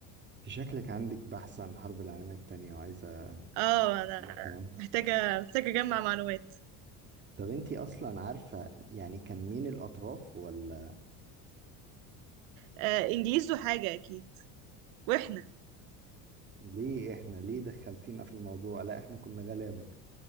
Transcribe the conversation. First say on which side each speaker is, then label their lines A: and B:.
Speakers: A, on the right; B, on the right.
A: في شكلك عندك بحث عن الحرب العالمية التانية وعايزة
B: اه انا
A: تعرفي عنه
B: محتاجة محتاجة اجمع معلومات
A: طب انتي اصلا عارفة يعني كان مين الاطراف ولا
B: آه انجليز وحاجة اكيد واحنا
A: ليه احنا ليه دخلتينا في الموضوع لا احنا كنا غلابة